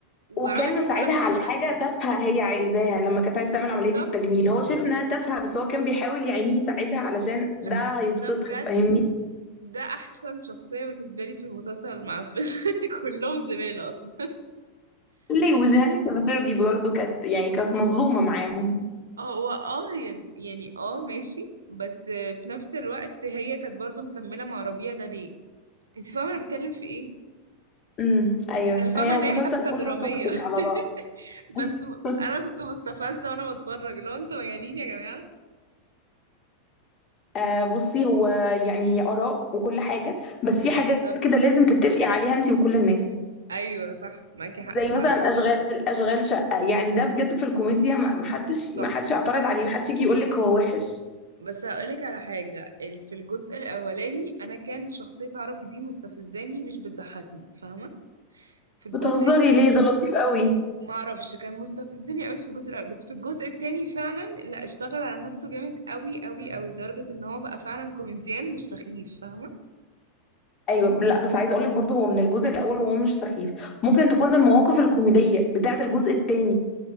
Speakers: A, on the right (about 70°); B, on the left (about 35°).
A: وعمل
B: وكان
A: كده
B: مساعدها
A: بس
B: على
A: عشانها
B: حاجه تافهه هي عايزاها لما كانت عايزه
A: بالظبط
B: تعمل عمليه التجميل هو شايف انها تافهه بس هو كان بيحاول يعني يساعدها علشان
A: لا
B: ده هيبسطها
A: ده بجد
B: فاهمني
A: ده احسن شخصية بالنسبة لي في المسلسل المعفن <laughs> كلهم زبالة اصلا
B: ليه وجهان سنافيرجي برضه كانت يعني كانت مظلومه معاهم
A: اه هو اه هي يعني اه ماشي بس في نفس الوقت هي كانت برضو مكملة مع ربيع ده ليه انت فاهمة انا بتكلم في ايه
B: امم ايوه
A: انا فاهمة
B: هي المسلسل
A: ان هي حبكة
B: كله
A: درامية
B: توكسيك على بعض
A: <laughs> بس
B: <laughs>
A: م- انا كنت مستفزة وانا بتفرج لو انتوا مجانين يا جماعة
B: آه بصي هو يعني هي آراء وكل حاجة بس في حاجات
A: بالظبط
B: كده لازم تتفقي عليها انتي وكل الناس
A: ايوه صح معاكي حق
B: زي
A: فعلا
B: مثلا اشغال اشغال شقة يعني ده بجد في الكوميديا ما ما حدش
A: تحفة
B: ما حدش يعترض عليه ما حدش يجي يقول لك هو وحش
A: بس هقولك على حاجة ال- في الجزء الأولاني أنا كان شخصية عربي دي مستفزاني مش بتضحكني فاهمة في الجزء
B: بتهزري ليه ده لطيف قوي
A: ما اعرفش كان مستفزني قوي في الجزء الاول بس في الجزء التاني فعلا لا اشتغل على نفسه جامد قوي قوي قوي لدرجة ان هو بقى فعلا كوميديان مش سخيف فاهمة
B: ايوه لا بس عايزه اقول لك برضه هو من الجزء الاول وهو مش سخيف ممكن تكون المواقف الكوميديه بتاعه الجزء الثاني